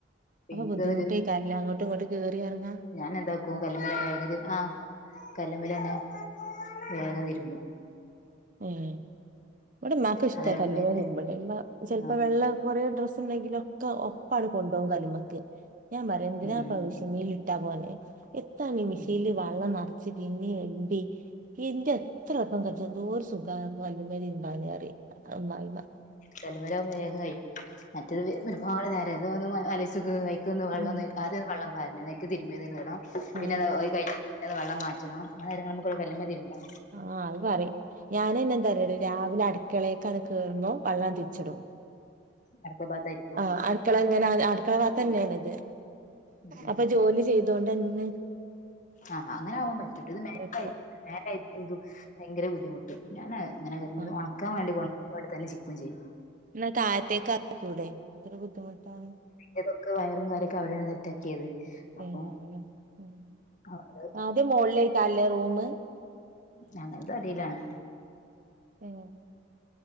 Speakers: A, on the left; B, on the right.
A: അപ്പം
B: അപ്പൊ
A: ഇൻക്ക്
B: ബുദ്ധിമുട്ടേക്കാരംല്ലേ
A: അത് ഒര്
B: അങ്ങോട്ടും ഇങ്ങോട്ടും കേറി എറങ്ങാൻ
A: ഞാൻ എന്താക്കും കല്ലമ്മലന്നെ വേഗം ആഹ് കല്ലമ്മലന്നെ വേഗം
B: ഉം
A: തിരുബ്ബും
B: ഏഹ് ഇവിടെ ഇമ്മാക്ക്ഷ്ട്ടാ
A: അത് എളുപ്പത്തിന്
B: കല്ല്മ്മെ തിരുമ്പ്ണത് ഇമ്മ ചിലപ്പോ
A: ആ
B: വെളളം കുറെ ഡ്രസ്സ് ഉണ്ടെങ്കിലൊ ഒക്കെ ഒപ്പാണ്ട് കൊണ്ടോകും കല്ല്മക്ക് ഞാൻ പറയുന്തിനാ
A: ഉം ഉം
B: ആവി ൽ ഇട്ടാ പോരെ എത്താണ്ണി മെഷീനിൽ
A: ഉം,
B: വെള്ളം പിന്നെ ഒലിമ്പി എന്റെ എത്ര എളുപ്പം കച്ചും എന്തോരു സു സുഖ കല്ലുമല് തിമ്പാന്ന്ന് പറയും അമ്മായിമ്മ
A: കല്ല്മല വേഗം കഴും മറ്റത് ഒരുപാട് നേരം ഇത് ഒന്ന് ആലോചിച്ചോക്ക് അയ് കൊന്ന് വെള്ളൊന്ന്
B: ഉം.
A: ആദ്യം ഒന്ന് വെള്ളം പാരണം അയിക്ക് തിരുമ്പ്തിന്നടണം
B: ആ
A: പിന്നെ അയ് കയിഞിട്ട് വെള്ളം മാറ്റണം അന്നേര കൊണ്ട് നമുക്ക് ഒരു കല്ല്മ തിരിമ്പാ
B: ആ അത് പറയും ഞാനന്നെ തര രാവിലെ അടക്കളക്കാണ് കേറുമ്പോൾ വെള്ളം തിരിച്ചിടും
A: അടുത്ത ഭാകത്തായിരിക്കും
B: ആ അടുക്കള ഇങ്ങനെ അടുക്കള ഭാത്ത തന്നെയണ ഇത്
A: ഉം ഉം
B: അപ്പൊ
A: ഉം.
B: ജോലി ചെയ്ത് അതുകൊണ്ടെന്നെ
A: ആ അങ്ങനെ ആവാൻ പറ്റൂട്ടെ ഇത് മേത്ത്
B: എടുക്കും
A: ആയിട്ട് മോലെ ആയിട്ട് ഭയങ്കരം ബുദ്ധിമുട്ട് ഞാൻ ഇങ്ങനെ വരു
B: ആ
A: ഉണക്കാൻ വേണ്ടി കൊണ്ട ഇവിടതന്ന ചിക്കും ചെയ്യും
B: എന്ന താഴത്തേക്ക് എറക്കിക്കുടെ ഇത്ര ബുദ്ധിമുട്ടാണ്
A: ഇതൊക്കെ വയറും കാര്യൊക്കെ അവിടെയാണ് സെറ്റാക്കിയത് അപ്പൊ
B: ഉം ഉം
A: അത്
B: അദ്യം മോളിലേക്കരം ഇല്ലേ റൂം
A: ഞങ്ങളത് അടിയിലാണ്
B: ഏഹ്